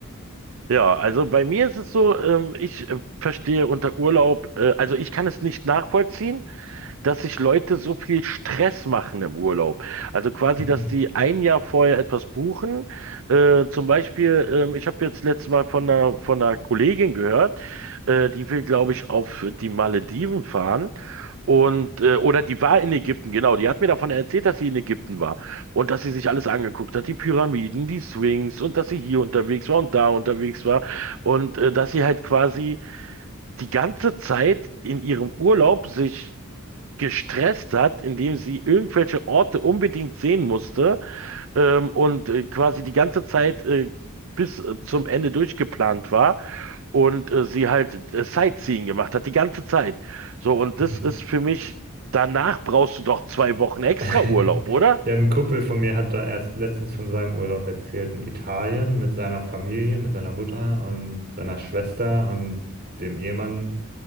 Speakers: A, on the right; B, on the right.
A: Ja, also bei mir ist es so, ähm, ich äh, verstehe unter Urlaub, äh, also ich kann es nicht nachvollziehen, dass sich Leute so viel Stress machen im Urlaub. Also quasi,
B: Mhm.
A: dass die ein Jahr vorher etwas buchen. Äh, zum Beispiel, ähm, ich habe jetzt letztes Mal von einer, von einer Kollegin gehört, äh, die will, glaube ich, auf die Malediven fahren. Und, äh, oder die war in Ägypten, genau. Die hat mir davon erzählt, dass sie in Ägypten war und dass sie sich alles angeguckt hat, die Pyramiden, die Sphinx und dass sie hier unterwegs war und da unterwegs war und äh, dass sie halt quasi die ganze Zeit in ihrem Urlaub sich gestresst hat, indem sie irgendwelche Orte unbedingt sehen musste ähm, und äh, quasi die ganze Zeit äh, bis äh, zum Ende durchgeplant war und äh, sie halt äh, Sightseeing gemacht hat, die ganze Zeit. So, und
B: Mhm.
A: das ist für mich, danach brauchst du doch zwei Wochen extra
B: <laughs>
A: Urlaub, oder?
B: Ja, ein Kumpel von mir hat da erst letztens von seinem Urlaub erzählt in Italien mit seiner Familie, mit seiner Mutter und seiner Schwester und dem Ehemann